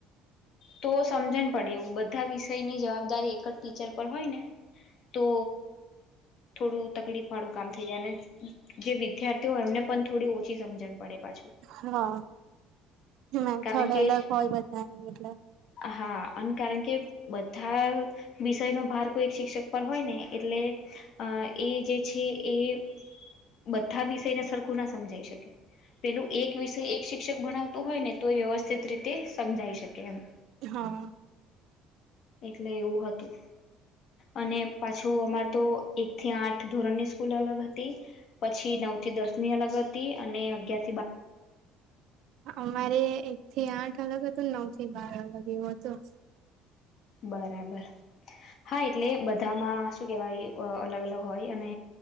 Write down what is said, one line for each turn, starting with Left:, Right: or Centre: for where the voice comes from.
Left: તો સમજણ પડે એવું બધા વિષયની જવાબદારી ટીચર પર હોય ને તો થોડું તકલીફ વાળું કામ થઈ જાય, અને જે વિદ્યાર્થીઓ હોય એમને પણ થોડી ઓછી સમજણ પડે પાછું
Right: હા, મેં
Left: કારણ
Right: થોડો
Left: કે
Right: અલગ હોય બતા એટલ
Left: હા, અને કારણ કે બધા વિષયનોો ભાર એક શિક્ષક પર હોય ને એટલે એ જે છે, એ બધા વિષયને સરખું ના સમજાઈ શકે પેલું એક વિષય એક શિક્ષક ભણાવતું હોય, ને તો એ વ્યવસ્થિત રીતે સમજાઈ શકે, એમ
Right: હા
Left: એટલે એવું હતું અને પાછું અમાર તો એક થી આઠ ધોરણની સ્કૂલ અલગ હતી, પછી નવ થી દર્ની અલગત અને અગાર
Right: અમારે એક થી આઠ અલગ નાઉ બાર અ લગ એવું હતું
Left: બરાબર હા, એટલે બધામાં શું કેવાય અલગ અલગ હોય, અને